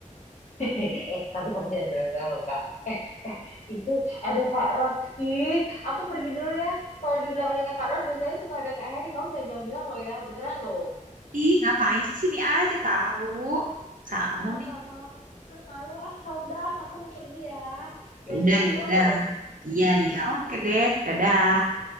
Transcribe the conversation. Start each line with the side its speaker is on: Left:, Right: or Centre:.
Left: <laughs> eh tapi kamu jangan bilang loh kak eh itu ada kak Ron ih aku pergi dulu ya kalau di belakangnya Kak Ron biasanya suka ada Kak Harry. Kamu jangan bilang-bilang loh ya, beneran loh.
Right: Ih, ngapain sih sini aja tahu? Kamu
Left: ah
Right: nih.
Left: nggak mau Ah, malu ah udah ah, aku mau pergi ya jangan
Right: Ya udah,
Left: bilang-bilang
Right: ya udah.
Left: loh
Right: Iya, iya, oke deh. Dadah.